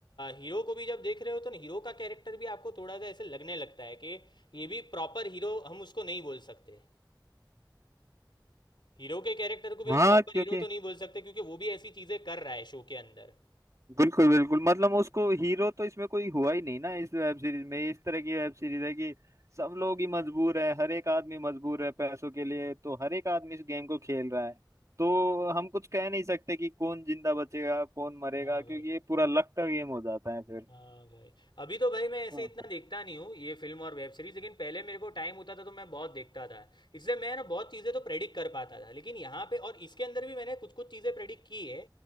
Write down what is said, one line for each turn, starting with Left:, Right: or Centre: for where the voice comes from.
Left: हीरो को भी जब देख रहे हो तो ना हीरो का कैरेक्टर भी आपको थोड़ा सा ऐसे लगने लगता है कि ये भी प्रॉपर हीरो हम उसको नहीं बोल सकते हीरो के कैरेक्टर को भी
Right: हाँ
Left: हम प्रॉपर
Right: क्योंकि
Left: हीरो तो नहीं बोल सकते क्योंकि वो भी ऐसी चीज़ें कर रहा है शो के अंदर
Right: बिल्कुल बिल्कुल मतलब उसको हीरो तो इसमें कोई हुआ ही नहीं ना इस वेब सीरीज में इस तरह की वेब सीरीज है कि सब लोग ही मजबूर है हर एक आदमी मजबूर है पैसों के लिए तो हर एक आदमी इस गेम को खेल रहा है तो हम कुछ कह नहीं सकते कि कौन जिंदा बचेगा कौन मरेगा
Left: हाँ
Right: क्योंकि
Left: भाई
Right: ये पूरा लक का गेम हो जाता है फिर
Left: हाँ भाई अभी तो भाई मैं ऐसे
Right: हाँ
Left: इतना देखता नहीं हूँ ये फिल्म और वेब सीरीज लेकिन पहले मेरे को टाइम होता था तो मैं बहुत देखता था इसलिए मैं ना बहुत चीज़ें तो प्रेडिक्ट कर पाता था लेकिन यहाँ पे और इसके अंदर भी मैंने कुछ कुछ चीज़ें प्रेडिक्ट की है